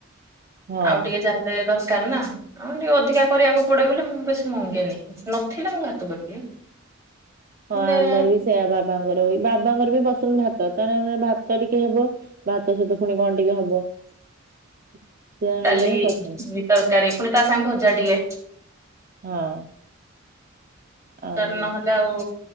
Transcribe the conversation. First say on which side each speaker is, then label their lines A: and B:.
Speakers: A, on the right; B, on the right.
A: ହଁ।
B: ଆଉ ଟିକେ ଯାହାହେଲେ ଦ କାନା ଆଉ ଅଧିକା କରିବାକୁ ପଡେ ବୋଲି ମୁଁ ବେଶୀ ମଙ୍ଗେନି। ନଥିଲା ମୁଁ ଭାତ କରିଦିଏ।
A: ହଁ
B: ହେଲେ
A: ଆମର ବି ସେୟା ବାବାଙ୍କର ବି, ବାବାଙ୍କର ବି ପସନ୍ଦ ଭାତ ତେଣେ ଭାତ ଟିକେ ହବ। ଭାତ ସହିତ ପୁଣି କଣ ଟିକେ ହବ। ସେଇୟା
B: ଡାଲି
A: ହେଲେ ହିଁ ପସନ୍ଦ।
B: ବି ତରକାରୀ ପୁଣି ତା ସାଙ୍ଗେ ଭଜା ଟିକେ
A: ହଁ। ଆଉ
B: ତରକାରୀ ନହେଲେ ଆଉ